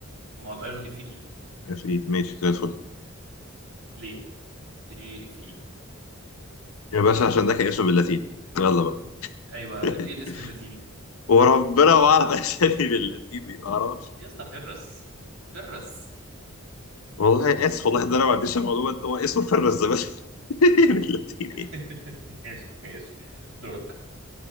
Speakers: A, on the right; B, on the left.
A: ما هو الايرون اف اي
B: افريد ماشي زي الفل
A: ليه ليه اف اي
B: يا باشا عشان ده كان اسمه باللاتيني يلا بقى
A: ايوه
B: <laughs>
A: ايه الاسم اللاتيني
B: وربنا ما اعرف اسامي باللاتيني ما اعرفش
A: يا اسطى فيرس فيرس
B: والله اسف والله ده انا ما عنديش المعلومه ده هو اسمه فرز بس <laughs> باللاتيني
A: <laughs> ماشي ماشي دورك